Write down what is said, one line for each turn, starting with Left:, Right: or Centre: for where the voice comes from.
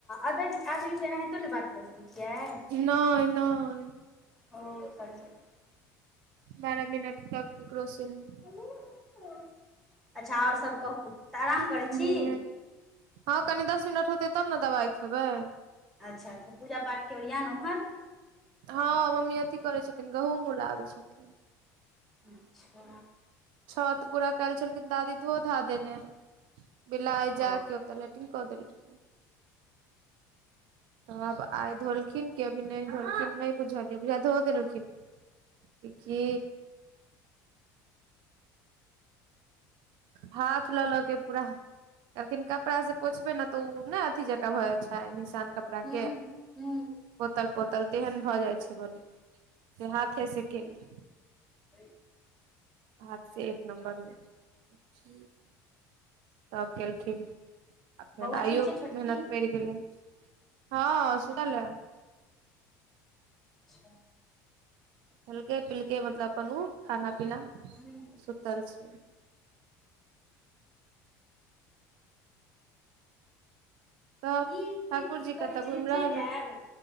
Centre: अदर्स आदमी स एनाहितो ने बात क सकै छियै?
Right: नइ नइ
Centre: <unintelligible>
Right: बारह मिनट तक ककरो स भी
Centre: <unintelligible> अच्छा आओर सब कहू तऽ आराम करै
Right: हुं-
Centre: छी
Right: हँ कनि दस मिनट होतै तब ने दबाइ खेबै।
Centre: अच्छा अच्छा पूजापाठ के ओरियान ओम्हर?
Right: हँ मम्मी अथि करै छथिन गहूंम उलाबै छथिन।
Centre: अच्छा
Right: छत पूरा काइल छलखिन दादी धो धा देने, बिलाइ जा
Centre: ओ
Right: के ओतऽ लैटिंग कऽ देलकै। तऽ आब आइ धोलखिन की अभी नहि धोलखिन नहि बुझलियै बुझाए धो देलखिन। कि- की हाथ लऽ लऽ के पूरा, कहलखिन कपड़ा से पोछबे ने तऽ उ नहि अथी जकाँ भऽ जाए छै य निशान कपड़ा
Centre: हूँ
Right: के
Centre: हूँ
Right: पोतल-पोतल तेहन भऽ जाइ छै बलु से हाथे से केली।
Centre: अय
Right: हाथ से एक नंबर होइ छै। तब केलखिन, आ फेर
Centre: बौआ
Right: आइयो
Centre: ठीक छै छोटकी
Right: मेहनत पैड़ गेलैन हँ सुतल ऐं।
Centre: अच्छा
Right: खलकै- पिलकै मतलब अपन उ खाना पीना
Centre: ह
Right: सुतल छै। तब
Centre: ई प्रीति
Right: ठाकुर जी
Centre: कहै
Right: कतऽ घुमि
Centre: छै जे
Right: रहल
Centre: चलि जैब,
Right: हे